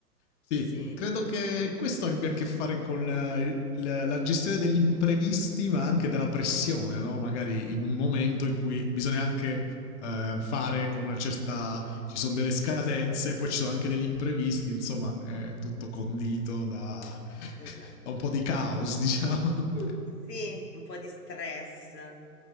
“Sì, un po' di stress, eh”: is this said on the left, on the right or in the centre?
Left